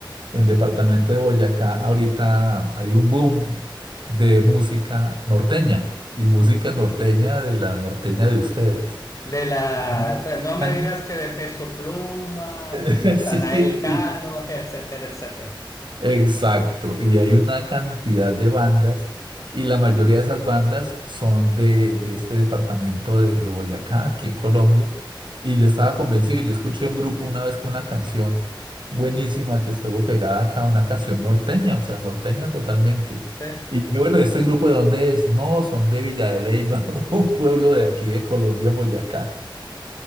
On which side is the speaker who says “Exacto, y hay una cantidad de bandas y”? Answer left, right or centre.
Right